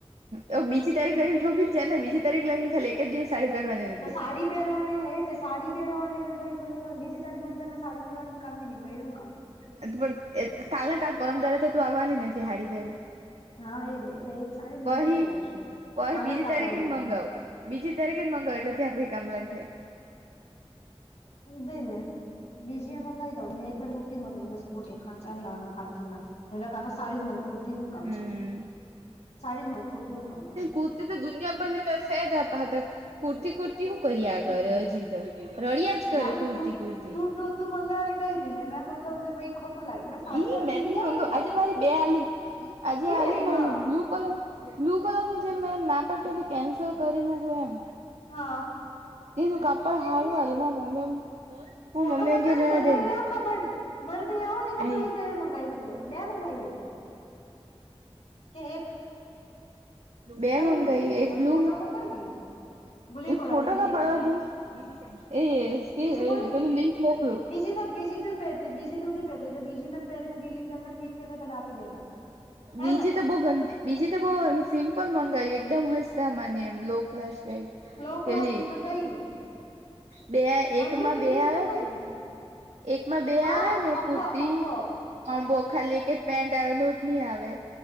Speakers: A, on the right; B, on the left.
A: હ બીજી તારીખ લગી થોપી જાય ને બીજી તારીખ લગી ખાલી એક જ દિવસ સારી પેરવા દેને
B: તો સાડી પહેરવાની ને એજ ને સાડી પહેરવાની ને પહી પેલું બીજી તારીખ સુધી સાડી કામ બી નહી કામ
A: આ તો પણ કાલના કાલ પરમ દરા તો તું આવવાની નથી હારી પેરી
B: હા એજ ને એટલે એક સાડી
A: પહી
B: મંગાઈ જ કરું
A: પહી
B: આગળ
A: બીજી
B: કામ
A: તારીખે
B: આવશે
A: જ મગાવો બીજી તારીખ જ મગાવે એટલે ત્યાં પહિ કામ લાગે
B: હેને બીજી એ મંગાવાઈ કાઢ એક વાર રોટી મગાવ બસ મુજે ખર્ચા ની કરવાના ફાલતુના નહીતો સારી જ માંગવું કૂરતી શું કામ
A: હમ
B: છે સાડીને મગાવ કરતી હું કામ છે
A: કુર્તી તો દુનિયા પરની તો સે તાર પાહે કુર્તી કુર્તી શું કરીયા કરે આગળ હજી તો રડિયા જ કરે
B: જાણે
A: કુર્તી
B: તું
A: કુર્તી
B: તું તું મંગાવડે કઈ નઈ ને મેં મંગાવ દે ભાઈ ખોટુ લાગે સાડી
A: એઈ
B: વાળું
A: મેં
B: લઈ
A: તો નઈ
B: આવો
A: મંગા
B: ને યાર
A: આજે મારી બે આલી આજે
B: કેવી
A: આલી
B: આવી
A: મારી
B: હા
A: બ્લુ કલર બ્લુ કલર ની જે મે ના પાડ્યું કેન્સલ કરી મુકું એમ
B: હા
A: એ તું કાપડ
B: મને
A: હારું
B: કેવી આવી
A: હાલે માર મમી માર
B: ફોટો
A: મમ્મી
B: બતાવ
A: એમ કે
B: ને
A: રેવાદે
B: મને
A: એ કે
B: ખબર નઈ મને તો એય ખબર
A: આઈ
B: એ કેવી મગાવીય બે મગાવી ને તે એક
A: બે
B: કઈ મંગાવી
A: મગાઈ એક
B: મને
A: બ્લુ
B: ફોટો મોકલ ને બ્લુ
A: એક
B: કલર
A: ફોટો
B: ની બીજી
A: ન પડવો જોઈએ એ એસ <unintelligible>
B: બીજી બોલની
A: પેલું લિંક મોકલો
B: બીજી તો બીજી તું પહેરતી બીજી તું ન પહેતી એટલે બીજી મેં પહેરીને ઢીલી કરી નાખી કે મેં તને આપી દેવા હે
A: બીજી
B: ને
A: તો બહુ ગંદી બીજી તો બહુ એમ સિમ્પલ મંગાવ એકદમ હસતા મને એમ લો ક્લાસ
B: લો ક્લાસ
A: પેલી
B: પણ કઈ
A: બે
B: બંનેની
A: એક માં બે
B: લિંક
A: આવે
B: મોકલની
A: તે એકમાં બે
B: હા
A: આવે ને
B: કોમ્બો
A: કુર્તી
B: કોમ્બો
A: કોમ્બો ખાલી કે પેન્ટ આવે નોટની આવે